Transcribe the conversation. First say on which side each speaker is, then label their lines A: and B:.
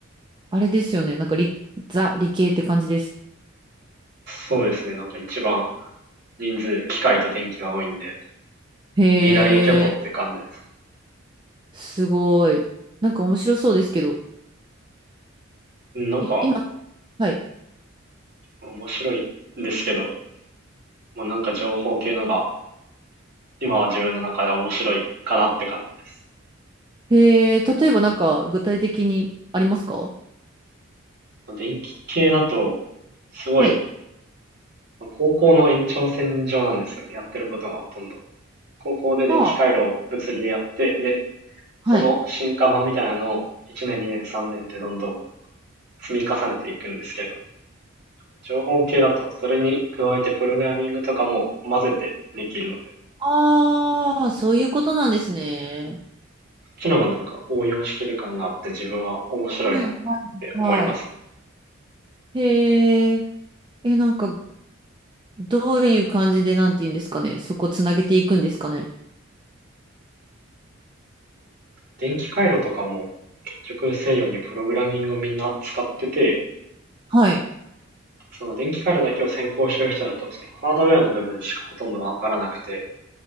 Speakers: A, on the right; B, on the right.
A: あれですよね。なんか理、ザ、理系って感じです。
B: そうですね。なんか一番人数、機械と電気が多いんで、
A: へえ、
B: 二大巨頭って感じですね。
A: すごい。なんか面白そうですけど。
B: うんなんか、
A: い、今、はい。
B: 面白いんですけど、まあ、なんか情報系のが、今は自分の中では面白いかなって感じです。
A: へえ、例えばなんか具体的にありますか
B: まあ、電気系だと、すごい、
A: はい。
B: まあ高校の延長線上なんですよね。やってることがほとんど。高校で電気回路を物理でやって、
A: はあ。
B: で、
A: はい。
B: その進化版みたいなのを1年、2年、3年ってどんどん積み重ねていくんですけど、情報系だとそれに加えてプログラミングとかも混ぜてできるので、
A: ああ、そういうことなんですね。
B: そっちのがなんか応用してる感があって自分は面白いなって思いますね。
A: はい、はいはい。へえ、え、なんか、どういう感じで、なんて言うんですかね。そこつなげていくんですかね。
B: 電気回路とかも結局西洋にプログラミングをみんな使ってて、
A: はい。
B: その電気回路だけを先行してる人だと、そのハードウェアの部分しかほとんどわからなくて、